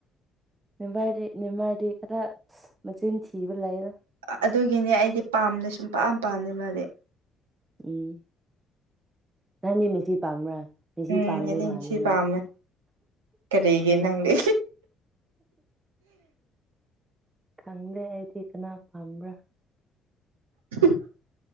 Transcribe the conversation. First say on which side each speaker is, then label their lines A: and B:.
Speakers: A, on the right; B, on the right.
A: ꯅꯕꯥꯥꯏꯗꯤ ꯅꯦꯝꯃꯥꯏꯗꯤ ꯈꯔ ꯃꯆꯤꯟ ꯊꯤꯕ ꯂꯩꯔꯦ
B: ꯑꯗꯨꯒꯤꯅꯦ ꯑꯩꯗꯤ ꯄꯥꯝꯅ ꯁꯨꯝ ꯄꯥꯝ ꯄꯥꯝꯗꯦ ꯃꯥꯗꯤ
A: ꯎꯝ ꯅꯪꯗꯤ ꯃꯦꯁꯤ ꯄꯥꯝꯕ꯭ꯔꯥ ꯃꯦꯁꯤ
B: ꯎꯝ
A: ꯄꯥꯝꯗꯣꯏ
B: ꯑꯩꯗꯤ
A: ꯃꯥꯜꯂꯦ
B: ꯃꯦꯁꯤ
A: ꯅꯪ
B: ꯄꯥꯝꯃꯦ ꯀꯔꯤꯒꯤ ꯅꯪꯗꯤ
A: ꯈꯪꯗꯦ ꯑꯩꯗꯤ ꯀꯅꯥ ꯄꯥꯝꯕ꯭ꯔꯥ
B: ꯍ